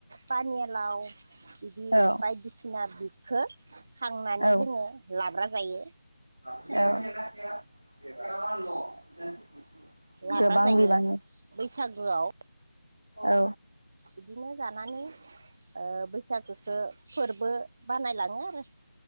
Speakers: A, on the right (about 40°); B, on the right (about 80°).
A: पानियालाव, बिदि
B: औ
A: बायदिसिना खौ खांनानै
B: औ
A: जोङो लाब्रा जायो।
B: <unintelligible>
A: लाब्रा
B: गोबां
A: जायो
B: बिबांनि
A: बैसागोआव
B: औ।
A: बिदिनो जानानै ओ बैसागोखौ फोरबो बानायलाङो आरो।